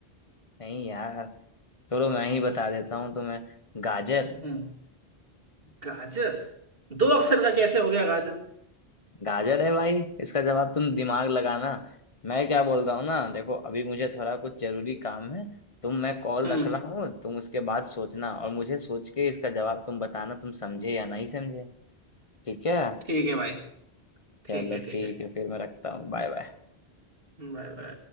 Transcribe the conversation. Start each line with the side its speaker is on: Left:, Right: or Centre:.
Left: नहीं यार छोड़ो मैं ही बता देता हूँ तुम्हें गाजर
Right: हम्म गाजर दो
Left: हाँ
Right: अक्षर का कैसे हो गया गाजर
Left: गाजर है भाई इसका जवाब तुम दिमाग लगाना मैं क्या बोल रहा हूँ ना देखो अभी मुझे थोड़ा कुछ जरूरी काम है तुम मैं कॉल
Right: हम्म
Left: रख रहा हूँ तुम उसके बाद सोचना और मुझे सोच के इसका जवाब तुम बताना तुम समझे या नहीं समझे ठीक है
Right: ठीक है भाई ठीक
Left: चलो
Right: है ठीक
Left: ठीक
Right: है
Left: है फिर मैं रखता हूँ Bye bye
Right: हम्म वै वै